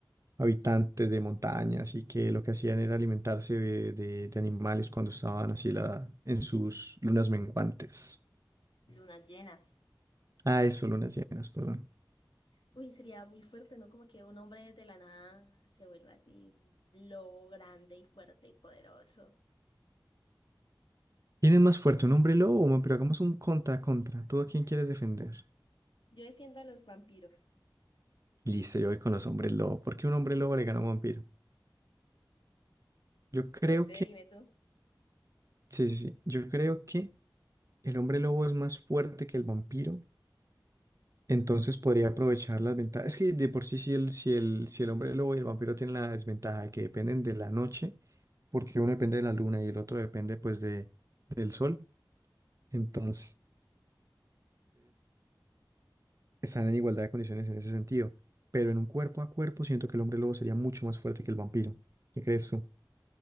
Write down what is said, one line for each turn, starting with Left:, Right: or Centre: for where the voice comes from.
Right: habitantes de montañas y que lo que hacían era alimentarse de, de- de animales cuando estaban así la, en sus lunas menguantes?
Left: lunas llenas.
Right: Ah, eso, lunas llenas, perdón.
Left: Uy, sería muy fuerte, ¿no? Como que un hombre de la nada se vuelva así, un lobo grande y fuerte y poderoso.
Right: ¿Quién es más fuerte, un hombre lobo o un hombre? Pero hagamos un contra contra. ¿Tú a quién quieres defender?
Left: Yo defiendo a los vampiros.
Right: Listo, yo voy con los hombres lobo. ¿Por qué un hombre lobo le gana a un vampiro? Yo creo
Left: No sé,
Right: que,
Left: dime tú.
Right: sí, sí, sí. Yo creo que el hombre lobo es más fuerte que el vampiro. Entonces podría aprovechar las ventajas. Es que de por sí, si el, si el, si el hombre lobo y el vampiro tienen la desventaja de que dependen de la noche, porque uno depende de la luna y el otro depende pues de, del sol. Entonces, están en igualdad de condiciones en ese sentido, pero en un cuerpo a cuerpo siento que el hombre lobo sería mucho más fuerte que el vampiro. ¿Qué crees tú?